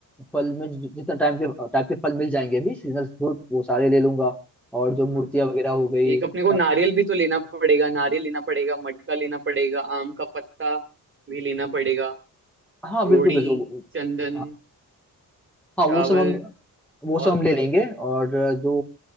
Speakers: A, in the centre; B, on the right (about 30°).
A: फल में जि- जितना टाइम के टाइप के फल मिल जाएंगे अभी सीजनल फ्रूट वो सारे ले लूंगा और जो
B: हाँ
A: मूर्तियां वगैरह हो गई
B: एक अपने को
A: और
B: नारियल भी तो लेना पड़ेगा नारियल लेना पड़ेगा मटका लेना पड़ेगा आम का पत्ता भी लेना पड़ेगा
A: हाँ
B: रोड़ी
A: बिल्कुल बिल्कुल वो-
B: चंदन
A: हाँ हाँ,
B: चावल
A: वो सब हम वो सब
B: और
A: हम ले लेंगे और जो